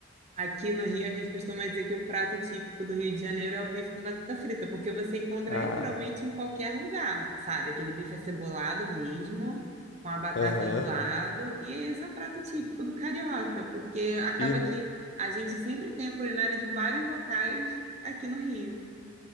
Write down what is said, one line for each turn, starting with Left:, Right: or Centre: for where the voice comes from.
Right: Aqui no Rio, a gente costuma dizer que o prato típico do Rio de Janeiro é o bife com batata frita, porque você encontra
Left: Ah,
Right: literalmente em qualquer lugar, sabe? Aquele bife acebolado mesmo, com a batata
Left: aham.
Right: do lado, e esse é o prato típico do carioca, porque acaba
Left: E,
Right: que a gente sempre tem a culinária de vários locais aqui no Rio.